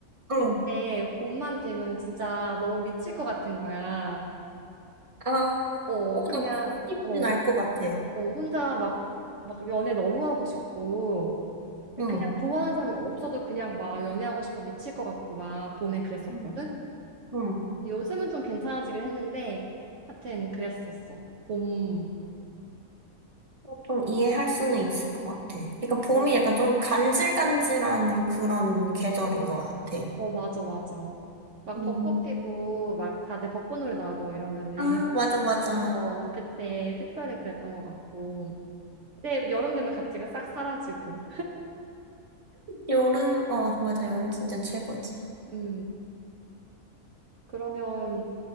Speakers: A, on the right (about 25°); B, on the right (about 60°).
A: 응.
B: 그때 봄만 되면 진짜 너무 미칠 것 같은 거야.
A: 아,
B: 어
A: 어,
B: 그냥
A: 나
B: 어,
A: 무슨 알것 같아.
B: 어 혼자 막 막 연애 너무 하고 싶고 근데
A: 응.
B: 그냥 좋아하는 사람이 없어도 그냥 막 연애하고 싶어 미칠 것 같고 막 봄에 그랬었거든.
A: 응. 응.
B: 요즘은 좀 괜찮아지긴 했는데 하여튼 그랬었어. 봄
A: 어, 좀 이해할 수는 있을 것 같아. 그러니까 봄이
B: 어,
A: 약간 좀 간질간질한 그런 계절인 것 같아.
B: 어, 맞아, 맞아. 막
A: 음.
B: 벚꽃 피고, 막 다들 벚꽃 노래 나오고 막 이러면은,
A: 아, 맞아, 맞아.
B: 어, 그때 특별히 그랬던 것 같고. 근데 여름 되면 갑자기 싹 사라지고.
A: 여름, 어, 맞아. 여름 진짜 최고지.
B: 음, 그러면